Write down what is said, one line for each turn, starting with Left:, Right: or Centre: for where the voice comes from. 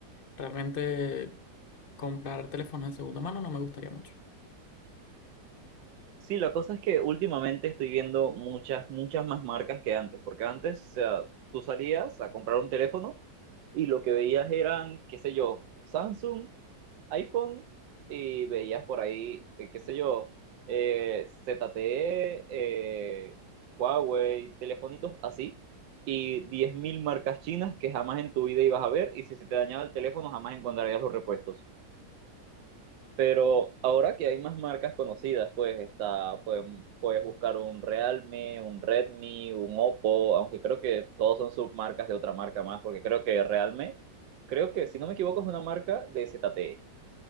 Left: Realmente comprar teléfonos de segunda mano no me gustaría mucho.
Right: Sí, la cosa es que últimamente estoy viendo muchas, muchas más marcas que antes, porque antes, o sea, tú salías a comprar un teléfono y lo que veías eran, qué sé yo, Samsung iPhone y veías por ahí, eh, qué sé yo, eh, ZTE, eh, Huawei, telefonitos así, y 10.000 marcas chinas que jamás en tu vida ibas a ver, y si se te dañaba el teléfono jamás encontrarías los repuestos. Pero ahora que hay más marcas conocidas, pues está, puedes, puedes buscar un Realme, un Redmi, un Oppo, aunque creo que todos son submarcas de otra marca más, porque creo que Realme, creo que si no me equivoco es una marca de ZTE.